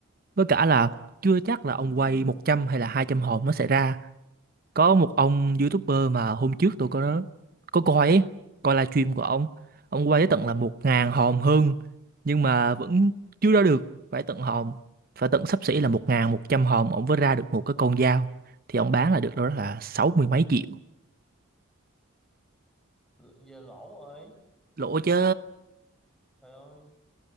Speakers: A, on the right (about 45°); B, in the centre.
A: với cả là chưa chắc là ông quay 100 hay là 200 hồn nó sẽ ra. Có một ông YouTuber mà hôm trước tôi có có coi ấy, coi livestream của ông. Ông quay tới tận là một ngàn hồn hơn nhưng mà vẫn chưa ra được. Phải tận hồn, phải tận xấp xỉ là một ngàn một trăm hồn ông mới ra được một cái con dao. Thì ông bán là được đâu đó là sáu mươi mấy triệu.
B: giờ lỗ rồi
A: Lỗ chứ.
B: trời ơi